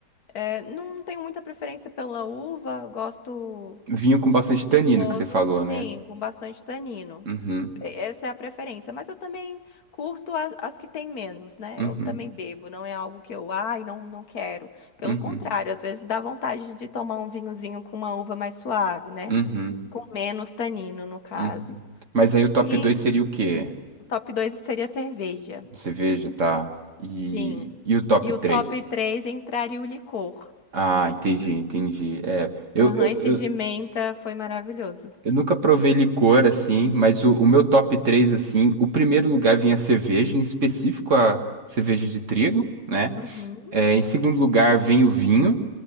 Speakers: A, on the left (about 65°); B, on the right (about 45°).
A: é, não tenho muita preferência pela uva, gosto.
B: Vinho com bastante tanino
A: De todos,
B: que você falou, né?
A: sim, com bastante tanino.
B: Uhum,
A: E- Essa é a preferência, mas eu também curto as, as que têm menos, né?
B: uhum,
A: Eu também bebo, não é algo que eu, ai, não, não quero. Pelo
B: uhum,
A: contrário, às vezes dá vontade de tomar um vinhozinho com uma uva mais suave, né?
B: uhum,
A: Com menos tanino, no caso.
B: uhum. Mas aí o top
A: E
B: 2 seria o quê?
A: o top 2 seria a cerveja,
B: Cerveja, tá? E,
A: sim.
B: e o top
A: E
B: três
A: o top 3 entraria o licor.
B: Ah, entendi, entendi. É, eu,
A: Aham,
B: eu,
A: esse de menta foi maravilhoso.
B: Eu nunca provei licor assim, mas o, o meu top 3 assim, o primeiro lugar vinha a cerveja, em específico a cerveja de trigo, né?
A: Uhum.
B: É, em segundo lugar vem o vinho,